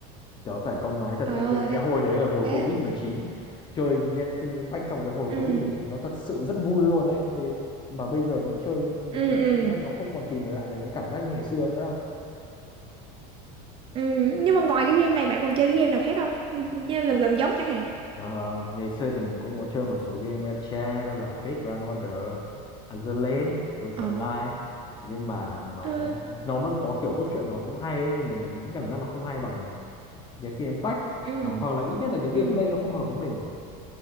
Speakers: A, on the left; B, on the right.
A: Tớ phải công nói thật
B: ờ
A: nha, cái,
B: thế
A: cái hồi đấy là hồi
B: thế.
A: covid mười chín Chơi Genshin Impact trong cái hồi
B: ừ
A: covid mười chín nó thật sự rất vui luôn đấy. Bê- Mà bây giờ mình chơi mình
B: ừ
A: chơi
B: ừ
A: Genshin Impact nó không còn tìm được lại được cái cảm giác như ngày xưa nữa đâu.
B: ừ nhưng mà ngoài cái game này bạn còn chơi cái game nào khác không như là gần giống chẳng hạn
A: Ờ, ngày xưa thì mình cũng có chơi một số game gacha đó là Fate Grand Order, Azur Ghost
B: ờ
A: Online nhưng mà nó
B: ừ
A: nó vẫn có kiểu cốt truyện nó cũng hay đấy nhưng mà mình vẫn cảm giác nó không hay bằng Genshin Impact
B: ừ
A: hoặc hoặc là ít nhất là cái gameplay
B: ừ
A: nó không hợp với mình.